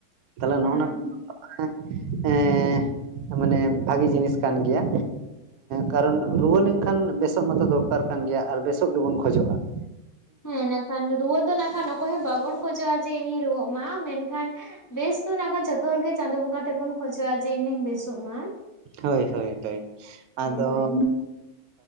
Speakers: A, on the right (about 75°); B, on the left (about 20°).
A: ᱛᱟᱦᱚᱞᱮ
B: ᱦᱮᱸ
A: ᱱᱚᱜ-ᱚ ᱱᱚᱣᱟ <inaudible> ᱮᱸᱻ ᱢᱟᱱᱮ ᱵᱷᱟᱜᱤ ᱡᱤᱱᱤᱥ ᱠᱟᱱ ᱜᱮᱭᱟ ᱠᱟᱨᱚᱱ ᱨᱩᱣᱟᱹ ᱞᱮᱱᱠᱷᱟᱱ ᱵᱮᱥᱚᱜ ᱢᱟᱛᱚ ᱫᱚᱨ ᱠᱟᱨ ᱠᱟᱱ ᱜᱮᱭᱟ ᱟᱨ ᱵᱮᱥᱚᱜ ᱜᱮᱵᱚᱱ ᱠᱷᱚᱡᱚᱜ-ᱟ ᱾
B: ᱦᱮᱸ ᱱᱟᱜᱠᱷᱟᱱ ᱨᱩᱣᱟᱹ ᱫᱚ ᱱᱟᱜᱠᱷᱟᱱ ᱚᱠᱚᱭ ᱦᱚᱸ ᱵᱟᱵᱚᱱ ᱠᱷᱚᱡᱚᱜ-ᱟ ᱡᱮ ᱤᱧ ᱨᱩᱣᱟᱹᱜ ᱢᱟ ᱢᱮᱱᱠᱷᱟᱱ ᱵᱮᱥ ᱫᱚ ᱱᱟᱜᱠᱷᱟᱱ ᱡᱚᱛᱚ ᱦᱚᱲ ᱜᱮ ᱪᱟᱸᱫᱚ ᱵᱚᱸᱜᱟ ᱴᱷᱮᱡ ᱵᱚᱱ ᱠᱷᱚᱡᱚᱜ-ᱟ ᱡᱮ ᱤᱧᱫᱩᱧ ᱵᱮᱥᱚᱜ ᱢᱟ ᱾
A: ᱦᱳᱭ ᱦᱳᱭ ᱦᱳᱭ ᱟᱫᱚ
B: ᱦᱳᱭ
A: <unintelligible>